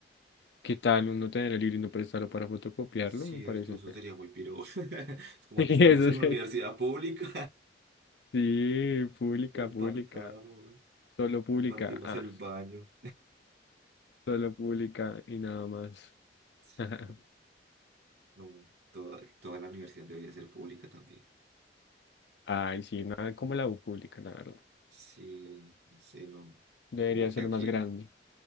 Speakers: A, on the left (about 75°); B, on the right (about 65°).
A: ¿Qué tal uno tener el libro y no prestarlo para fotocopiarlo?
B: Cierto,
A: Me parece
B: eso
A: feo.
B: sería muy piro. <laughs>
A: <laughs>
B: Es como
A: Sí,
B: que
A: Eso
B: estamos en la
A: sí.
B: universidad pública.
A: Sí, pública,
B: <laughs> Compartamos,
A: pública. Solo pública.
B: compartimos
A: Ah,
B: el baño.
A: solo pública y nada más.
B: Sí,
A: <laughs>
B: No, toda, toda la universidad debería ser pública también.
A: Ay, sí, nada como la U pública, la verdad.
B: Sí, no sé, no.
A: Debería
B: Como que
A: ser
B: aquí,
A: más grande.